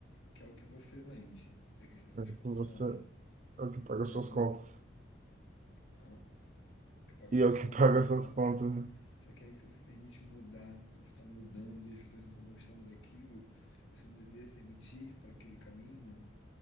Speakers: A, on the left; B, on the right.
A: que é o que você vende, é que as pessoas
B: É, então
A: consomem.
B: Você é o que paga
A: E
B: suas
A: aí
B: contas.
A: ah, eu pago
B: E
A: essas
B: é o
A: contas,
B: que <laughs> paga
A: é tato.
B: suas contas, né?
A: Só que aí se você se permite mudar e você está mudando e as pessoas não estão gostando daquilo, você não deveria se permitir para aquele caminho,